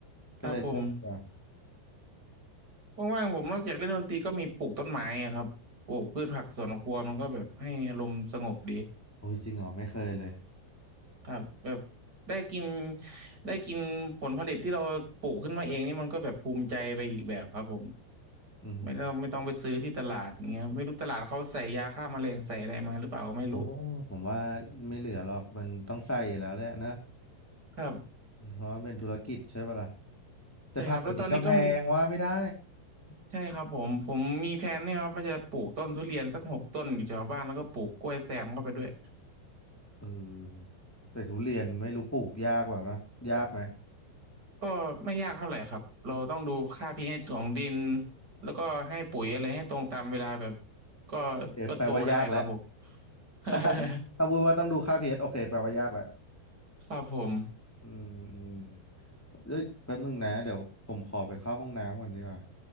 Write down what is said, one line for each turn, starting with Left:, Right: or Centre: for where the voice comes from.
Centre: ก็เลยเลิกดีกว่า
Right: ครับผม ว่างๆผมนอกจากเล่นดนตรีก็มีปลูกต้นไม้อะครับปลูกพืชผักสวนครัวมันก็แบบให้อารมณ์สงบดี
Centre: โอ้ยจริงเหรอไม่เคยเลย
Right: ครับแบบได้กินได้กินผลผลิตที่เราปลูกขึ้นมาเองนี่มันก็แบบภูมิใจไปอีกแบบครับผม
Centre: อืม
Right: ไม่ต้องไม่ต้องไปซื้อที่ตลาดอย่างเงี้ยไม่รู้ตลาดเขาใส่ยาฆ่าแมลงใส่อะไรมาหรือเปล่าก็ไม่รู้
Centre: โอ้ผมว่าไม่เหลือหรอกมันต้องใส่อยู่แล้วแหละนะ
Right: ครับ
Centre: เพราะมันเป็นธุรกิจใช่ป่ะล่ะแต่ผักเดี๋ยวนี้ก็แพงว่าไม่ได้
Right: ใช่ครับแล้วตอนนี้ก็มีใช่ครับผมผมมีแผนเนี่ยครับว่าจะปลูกต้นทุเรียนสักหกต้นอยู่แถวบ้านแล้วก็ปลูกกล้วยแซมเข้าไปด้วย
Centre: เออแต่ทุเรียนไม่รู้ปลูกยากกว่านะยากไหม
Right: ก็ไม่ยากเท่าไหร่ครับ เราต้องดูค่า pH ของดินแล้วก็ให้ปุ๋ยอะไรให้ตรงตามเวลาแบบก็
Centre: เดี๋ยวแปลว่ายากแล้ว
Right: ก็โตได้ครับผม <laughs>
Centre: <laughs> ถ้าพูดว่าต้องดูค่า pH โอเคแปลว่ายากแล้ว
Right: ครับผม
Centre: อืมอืมเอ้ยแป๊บนึงนะเดี๋ยวผมขอไปเข้าห้องน้ำก่อนดีกว่า